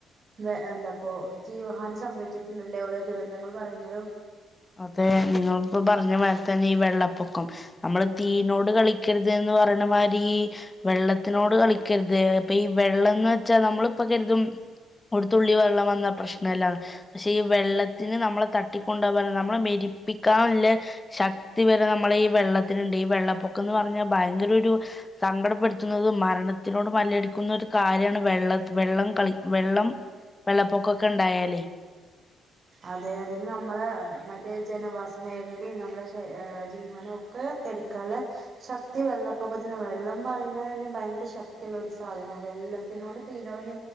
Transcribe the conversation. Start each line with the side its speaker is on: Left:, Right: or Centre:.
Right: ഏഹ് എന്തപ്പോ ജീവഹാനി സംഭവിച്ചിട്ടുണ്ടല്ലേ ഓരോ ദുരന്തങ്ങൾ പറയുമ്പോഴും,
Left: അതെ നിങ്ങളിപ്പോ പറഞ്ഞ മാരി തന്നെ ഈ വെള്ളപ്പൊക്കം. നമ്മള് തീനോട് കളിക്കരുത് എന്ന് പറേണ മാരി വെള്ളത്തിനോട് കളിക്കരുത് പ്പെ ഈ വെള്ളംന്ന് വെച്ചാ നമ്മളിപ്പൊ കരുതും ഒരുത്തുള്ളി വെള്ളം വന്ന പ്രശ്നല്ലാന്ന് പക്ഷെ ഈ വെള്ളത്തിന് നമ്മളെ തട്ടിക്കൊണ്ടോവാന് നമ്മളെ മെരിപ്പിക്കാനുള്ളെ ശക്തി വരെ നമ്മളേ ഈ വെള്ളത്തിനുണ്ട് ഈ വെള്ളപ്പൊക്കംന്ന് പറഞ്ഞാൽ ഭയങ്കര ഒരു സങ്കടപ്പെടുത്തുന്നതും മരണത്തിനോട് മല്ലടിക്കുന്ന ഒരു കാര്യാണ് വെള്ള വെള്ളം കളി വെള്ളം വെള്ളപ്പൊക്കൊക്കെ ഇണ്ടായാല്
Right: അതെ അതിന് നമ്മളെ മറ്റേ ജനവാസ മേഖലീം നമ്മുടെ ശ ഏ ജീവനോം ഇത് എടുക്കാള്ളെ ശക്തി വെള്ളപ്പൊക്കത്തിന് വെള്ളം പറയുന്നതന്നെ ഭയങ്കര ശക്തിയുള്ള ഒരു സാധനാണ് വെള്ള ത്തിനോട് തീനോട്